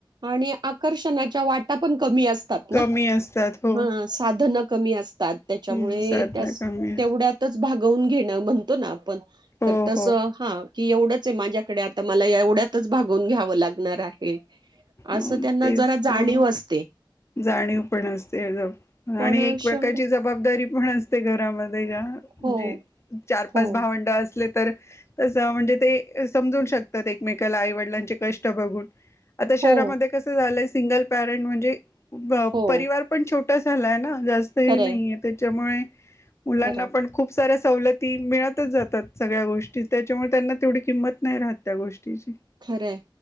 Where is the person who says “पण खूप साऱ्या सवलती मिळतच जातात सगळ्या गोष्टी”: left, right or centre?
Left